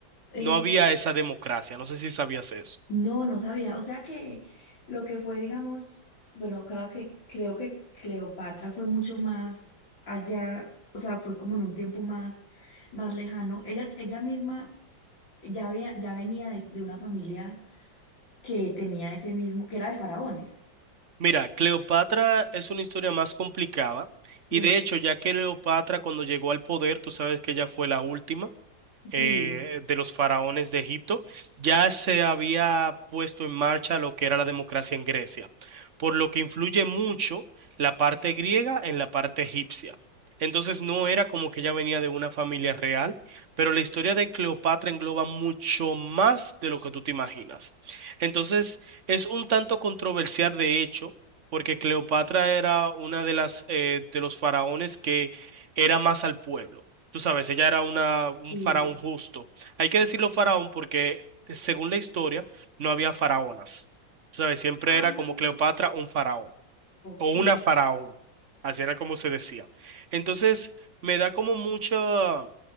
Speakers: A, on the left; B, on the right.
A: Eh,
B: No había esa democracia, no sé si sabías eso.
A: no, no sabía. O sea que lo que fue, digamos, bueno, claro que creo que Cleopatra fue mucho más allá, o sea, fue como en un tiempo más, más lejano. Ella, ella misma ya había, ya venía de, de una familia que tenía ese mismo, que era de faraones.
B: Mira, Cleopatra es una historia más complicada
A: Sí,
B: y de hecho, ya que Cleopatra cuando llegó al poder, tú sabes que ella fue la última
A: sí,
B: eh, de los faraones de Egipto, ya se había puesto en marcha lo que era la democracia en Grecia, por lo que influye mucho la parte griega en la parte egipcia. Entonces no era como que ya venía de una familia real, pero la historia de Cleopatra engloba mucho más de lo que tú te imaginas. Entonces es un tanto controversial de hecho, porque Cleopatra era una de las eh, de los faraones que era más al pueblo. Tú sabes, ella era una, un
A: sí.
B: faraón justo. Hay que decirlo faraón porque, eh, según la historia, no había faraonas. Tú sabes, siempre
A: Ah,
B: era como Cleopatra un faraón
A: ok.
B: o una faraón. Así era como se decía. Entonces, me da como mucha